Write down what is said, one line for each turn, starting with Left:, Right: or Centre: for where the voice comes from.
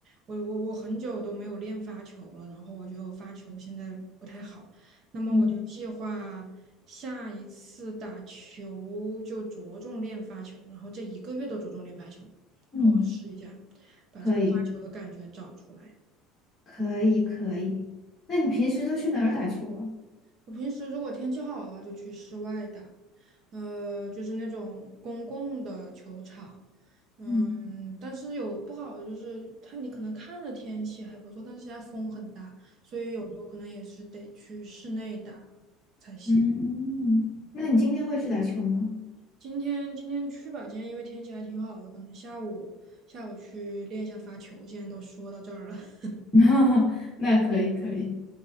Right: 我我我很久都没有练发球了，然后我觉得我发球现在不太好，那么我就计划下一次打球就着重练发球，
Left: 嗯
Right: 然后这一个月都着重练发球，
Left: 嗯，
Right: 然后试一下把这个发球的感觉找出来。
Left: 可以可以可以。那你平时都去哪儿打球啊？
Right: 我平时如果天气好的话，就去室外打，呃，就是那种公共的球场。嗯，
Left: 嗯
Right: 但是有不好的就是它，你可能看着天气还不错，但是现在风很大，所以有时候可能也是得去室内打才行。
Left: 嗯嗯，那你今天会去打球吗？
Right: 嗯，今天今天去吧，今天因为天气还挺好的，可能下午下午去练一下发球。既然都说到这儿了，<laughs>
Left: <laughs> 那那可以可以，